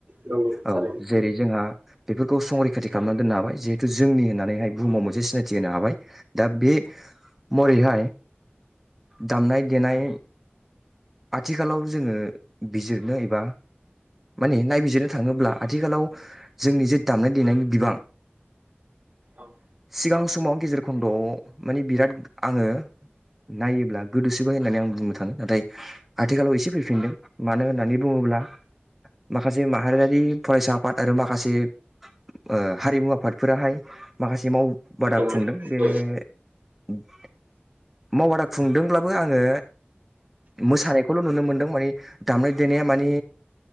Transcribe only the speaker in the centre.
औ जेरै जोंहा बेफोरखौ संरैखाथि खालामनानै दोननो हाबाय जिहेथु जोंनि होननानैहाय बुहुमाव मोनसे सिनायथि होनो हाबाय दा बे मरैहाय दामनाय देनाय आथिखालाव जोङो बिजिरनो एबा माने नायबिजिरनो थाङोब्ला आथिखालाव जोंनि जे दामनाय देनायनि बिबां
सिगां समाव गेजेर खन्दआव माने बिराद आङो नायोब्ला गोदोसोबाय होननानै आं बुंनो थाङो नाथाय आथिखालाव एसे फैफिनदों मानो होननानै बुङोब्ला माखासे माहारियारि फरायसा आफाद आरो माखासे ओह हारिमु आफादफोराहाय माखासे माव बादा
खुंदों बे <unintelligible> मावबादा खुंदोंब्लाबो आङो मोसानायखौल नुनो मोनदों माने दामनाय देनाया मानि